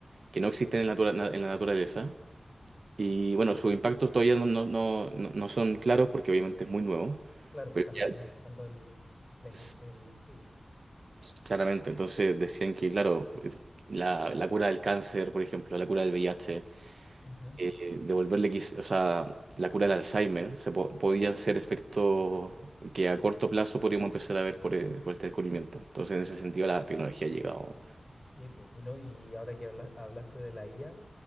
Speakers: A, on the right (about 65°); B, on the left (about 20°).
A: que no existen en la, natura- en la naturaleza. Y bueno, sus impactos todavía no, no, no, no- no son claros porque obviamente es muy nuevo,
B: Claro, pues
A: pero
B: están
A: ya
B: recién
A: es-
B: empezando el, la
A: es-
B: inves- el estudio.
A: claramente, entonces decían que, claro, es- la, la cura del cáncer, por ejemplo, la cura del VIH,
B: Ujú.
A: eh, devolverle, quiz- o sea, la cura del Alzheimer, se po- podían ser efectos que a corto plazo podríamos empezar a ver por, eh, por este descubrimiento. Entonces, en ese sentido, la tecnología ha llegado.
B: Y, pu- y no, y ahora que habla- hablaste de la IA.